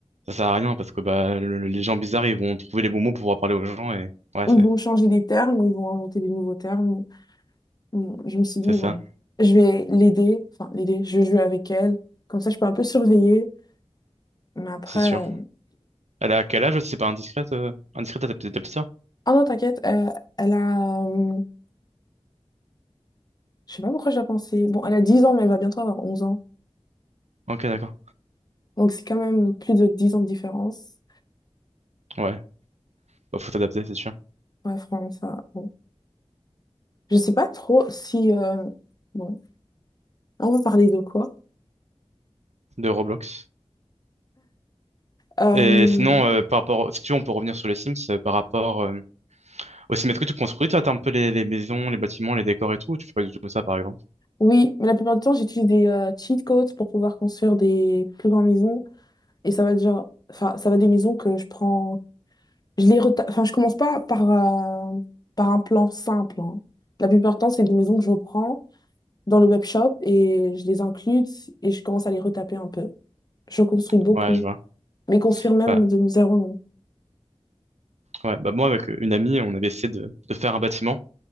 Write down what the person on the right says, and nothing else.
ça sert à rien, parce que bah, le- le- les gens bizarres, ils vont trouver les bons mots pour pouvoir parler aux gens, et ouais,
c'est
c'est ça,
c'est sûr.
Elle a quel âge, si c'est pas indiscrète, euh, indiscrète à ta, petite- ta petite sœur?
Ok, d'accord.
Ouais. Bah, faut t'adapter, c'est sûr.
De Roblox.
Et sinon, euh, par rapport, si tu veux, on peut revenir sur les Sims, euh, par rapport euh, au Sims. Est-ce que tu construis, toi, t'as un peu les, les maisons, les bâtiments, les décors et tout, ou tu fais pas du tout ça, par exemple?
Ouais, je vois.
Bah,
ouais, bah moi, avec euh, une amie, on avait essayé de, de faire un bâtiment.